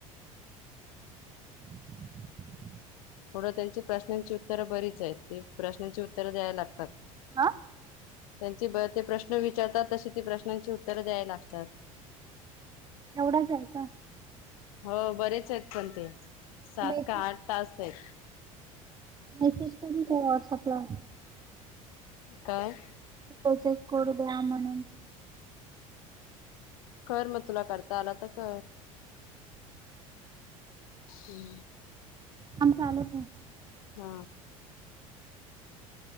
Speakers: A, on the right (about 25°); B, on the left (about 80°).
A: <inaudible>
B: पुढं त्यांची प्रश्नांची उत्तरं बरीच आहेत ती प्रश्नांची उत्तरं द्यायला लागतात.
A: हा
B: त्यांचे ते प्रश्न विच विचारतात तशी ती प्रश्नांची उत्तरं द्यायला लागतात.
A: एवढच आहे का?
B: हो बरेच आहेत पण ते सात
A: मेसेज
B: काय आठ टास्क आहेत.
A: मेसेज करून ठेव व्हॉट्सअपला.
B: काय?
A: एक्सेस कोड द्या म्हणून
B: कर मग तुला करता आला तर कर. हुं.
A: थांब चालू ठेव
B: हा